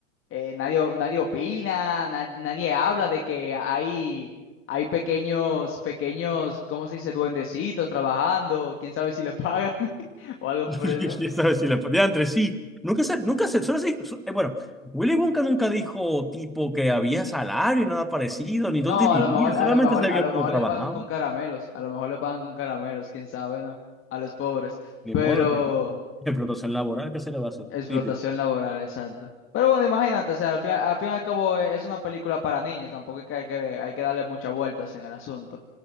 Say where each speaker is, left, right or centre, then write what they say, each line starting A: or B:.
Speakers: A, on the left; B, in the centre.
A: eh, nadie, nadie opina, na- nadie habla de que hay, hay pequeños, pequeños, ¿cómo se dice? Duendecitos trabajando, quién sabe si le pagan <laughs> o algo
B: <laughs>
A: por eso.
B: Ya sabes, si la pateaba entre sí. Nunca se, nunca se, solo se- su- eh, bueno, Willy Wonka nunca dijo tipo que había salario, nada parecido, ni dónde
A: No,
B: vivir,
A: a lo mejor,
B: solamente
A: a lo mejor,
B: se
A: a
B: vio
A: lo
B: cómo
A: mejor
B: trabajaba.
A: le pagan con caramelos, a lo mejor le pagan con caramelos, quién sabe, ¿no? A los pobres.
B: Ni
A: Pero
B: modo, explotación, explotación laboral, ¿qué se le va a hacer?
A: explotación
B: Típico.
A: laboral, exacto. Pero bueno, imagínate, o sea, al fin, al fin y al cabo eh, es una película para niños, tampoco es que hay que, hay que darle muchas vueltas en el asunto.